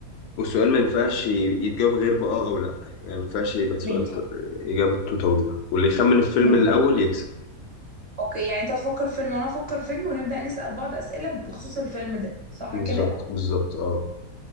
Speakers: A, on the left; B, on the right.
A: والسؤال ما ينفعش يتجاوب غير بآه أو لأ يعني ما ينفعش يبقى سؤال
B: ماشي
A: ط- إجابته طويلة واللي يخمن الفيلم
B: ماشي
A: الأول يكسب
B: اوكي يعني انت هتفكر فيلم وانا هفكر فيلم ونبدأ نسأل بعض أسئلة بخصوص الفيلم ده صح
A: بالظبط
B: كده
A: بالظبط اه